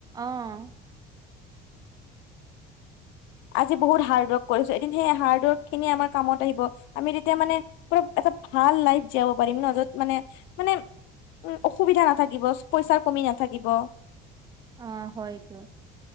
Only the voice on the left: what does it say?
আজি বহুত হাৰ্ড ৱৰ্ক কৰিছোঁ, এদিন সেই হাৰ্ড ৱৰ্কখিনি আমাৰ কামত আহিব আমি তেতিয়া মানে- অলপ এটা ভাল লাইফ জীয়াব পাৰিম ন, য'ত মানে, মানে- উম, অসুবিধা নাথাকিব চ পইচাৰ কমি নাথাকিব।